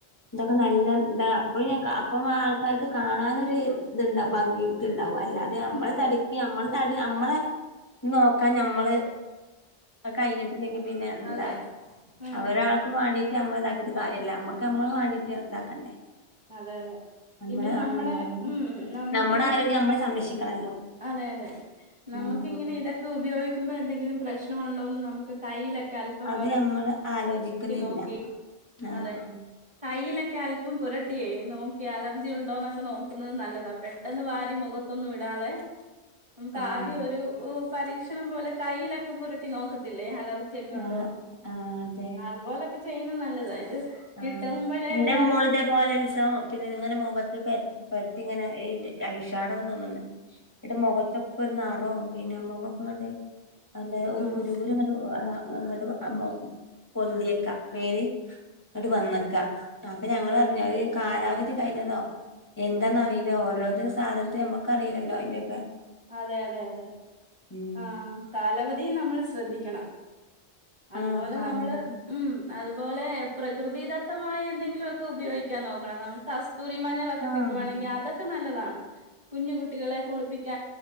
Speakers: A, on the left (about 15°); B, on the right (about 30°).
A: തൊക്കെ നല്ലതാ അപ്പഴുഞ്ഞാക്ക ഇപ്പം ആൾക്കാർക്ക് കാണാനൊര് ഇത്ണ്ട ഭംഗിക്ക്‌ ണ്ടാവും അല്ലാതെ നമ്മളെ
B: അതെ അതെ
A: തടി നമ്മള് തടി നമ്മളെ നോക്കാൻ നമ്മള് അത് കയ്ഞ്ഞിട്ടില്ലെങ്കി പിന്നെന്താ
B: അതെ ഉം
A: അവരാൾ
B: ഉം
A: ക്ക്‌ മാണ്ടീറ്റ് നമ്മള് ഇതാക്കിട്ട് കാര്യല്ല നമ്മക്ക് നമ്മള് വാണ്ടീറ്റ് താക്കണ്ടേ
B: അതെ അതെ
A: നമ്മള്
B: പിന്നെ നമ്മടെ
A: ആ നമ്മള്
B: ഉം നമുക്ക്
A: നമ്മടെ
B: ഇങ്ങനത്തെ
A: ആരോഗ്യം നമ്മള് സംരക്ഷിക്കണല്ലോ
B: അതെ അതെ നമുക്കിങ്ങനെ
A: ആഹ്
B: ഇതൊക്കെ ഉപയോഗിക്കുമ്പോ എന്തെങ്കിലും പ്രശ്നമുണ്ടോന്ന് നമുക്ക് കയ്യിലൊക്കെ അല്പം
A: അത്
B: പൊരട്ടി
A: നമ്മള് ആലോചിക്കുന്നില്ല
B: നോക്കി
A: ആഹ്
B: അതെ കയ്യിലൊക്കെ അല്പം പുരട്ടിയേ നോക്കി അലർജി ഒണ്ടോന്നൊക്കെ നോക്കുന്നത് നല്ലതാ പെ ട്ടന്ന് വാരി മുഖത്തൊന്നും ഇടാതെ നമുക്കാദ്യം
A: ആഹ്
B: ഒരു പരീക്ഷണം പോലെ കയ്യിലൊക്കെ പുരട്ടി നോക്കത്തില്ലേ അല ജിയൊക്കെണ്ടോന്ന്
A: ആഹ് ആഹ് അതെ
B: അതുപോലൊക്കെ ചെയുന്നെ നല്ലതാ ഇത്
A: ആ
B: കിട്ടുമ്പഴേ
A: എന്റെ
B: എല്ലാരും
A: മോള് തേപ് ഇത്പോലൊരീസം പിന്നെ ഇങ്ങനെ മുഖത്ത് പെ പെരട്ടി ഇങ്ങനെ ഈ ഐഷാടന്ന് തോന്നുന്നു ങ്ങ്ട്ട് മുഖത്തൊക്കെ ഒര് നെറോം പിന്നെ മുഖക്കെ അങ്ങ്ട്ട് എന്താ ഒരു
B: ആഹ്
A: കുരുകുരു ങ്ങട്ട് ആ അങ്ങണ്ട് ആ മോ പൊന്തിയേക്കാ മേനി ങ്ങട്ട് വന്നക്കാ അപ്പൊ ഞങ്ങളർഞ്
B: അതെല്ലേ
A: ഈ കാലാവധി കഴിഞ്ഞതോ എന്താന്നറി
B: ഉം
A: ഓരോരോ സാധനത്തെ നമ്മക്ക് അറീലല്ലോ അയ്ന്റെക്കെ
B: അതെ അതെ അതെ
A: ഉം
B: ആ കാലവധി നമ്മൾ ശ്രദ്ധിക്കണം. അതുപോലെ
A: ആഹ് കാലാവധി
B: നമ്മള് ഉം അതുപോലെ പ്രകൃതിദത്തമായ എന്തെങ്കിലുമൊക്കെ ഉപയോഗിക്കാൻ നോക്കണം നമുക്ക് അസു തുരി മഞ്ഞളൊക്കെ
A: ആഹ്
B: കിട്ടുവാണെങ്കി അതൊക്കെ നല്ലതാണ് കുഞ്ഞു കുട്ടികളെ കുളിപ്പിക്